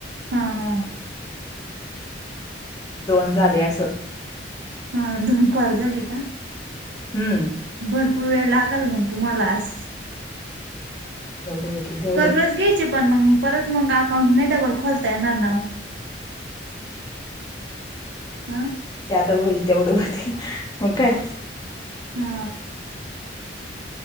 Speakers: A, on the right; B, on the left.
A: हा हा
B: दोन झाले. असं
A: हा दोन कॉल झाले का?
B: हम्म
A: भरपूर वेळ लागल मग तुम्हाला आज.
B: एवढे होतील तेव
A: करूनच घ्यायची पण मंग परत मंग अकाउंट नाही, डबल खोलता येणार ना ओ. हा
B: ते आता होईल, तेवढं होतील. मंग काय.
A: हा